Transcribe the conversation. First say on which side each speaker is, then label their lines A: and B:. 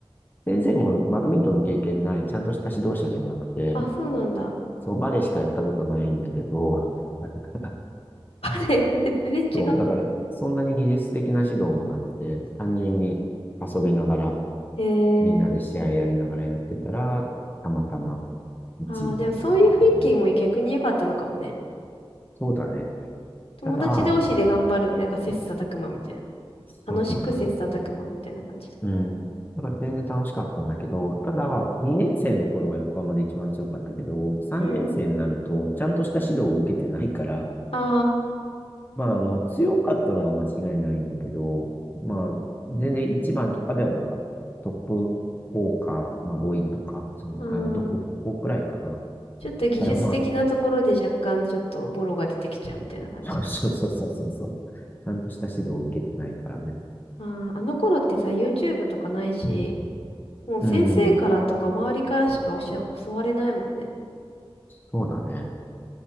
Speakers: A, on the left; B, on the left.
A: 先生もバドミントンの経験ない、ちゃんとした指導者じゃなくて、
B: あ、そうなんだ。
A: そう、バレーしかやったことないんだけど、なんか
B: あれ、<laughs> 全然違う。
A: そう、だから、そんなに技術的な指導もなくて、単純に遊びながら、
B: へ
A: みんなで試合やりながらやってたら、
B: え。
A: たまたま1位になったってことでね
B: ああ、でもそういう雰囲気も逆に良かったのかもね。
A: そうだね。
B: 友達同士で頑張る、
A: ただ、
B: なんか切磋琢磨みたいな。
A: そうそうそうそう。
B: 楽しく切磋琢磨みたいな感じ。
A: うん。だから全然楽しかったんだけど、ただ、2年生の頃は横浜で一番強かったけど、3年生になると、
B: うん。
A: ちゃんとした指導を受けてないから、
B: あ
A: まあ、あの、強かったのは間違いないんだけど、まあ、全然一番とかではなかった。トップ4か、まあ5位とか、その、
B: あ、う
A: あ、まあトップ4くらいかな。
B: ん。
A: だ
B: ちょっと技術的なところで若干ちょっとボロが出てきちゃうみたいな感じか。
A: からまあ、<laughs> そうそうそうそうそう。ちゃんとした指導を受けてないからね。
B: まああ、あの頃ってさ、YouTube とかないし、もう先生からとか周りからしかおし教われないもんね。
A: うん、そうだね。